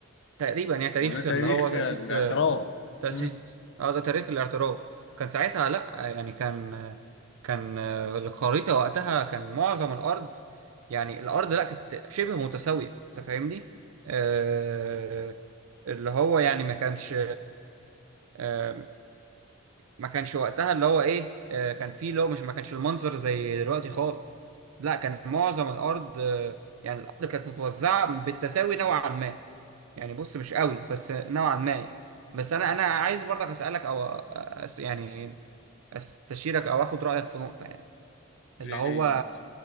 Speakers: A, on the right; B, on the left.
A: تقريبا يعني تاريخ
B: ما هو ده تاريخ
A: اللي هو تأسيس
B: آه، الاعتراف
A: تأسيس
B: مم.
A: اه ده تاريخ الاعتراف كان ساعتها لا يعني كان كان الخريطة وقتها كان معظم الأرض يعني الأرض لا كانت شبه متساوية أنت فاهمني؟ آه اللي هو يعني ما كانش آه ما كانش وقتها اللي هو إيه آه كان فيه اللي هو مش ما كانش المنظر زي دلوقتي خالص لا كان معظم الارض آه، يعني الارض كانت متوزعه بالتساوي نوعا ما يعني بص مش قوي بس نوعا ما يعني بس انا انا عايز برضك اسالك او أس يعني استشيرك او اخد رايك في نقطه يعني
B: ايه
A: اللي هو
B: هي النقطة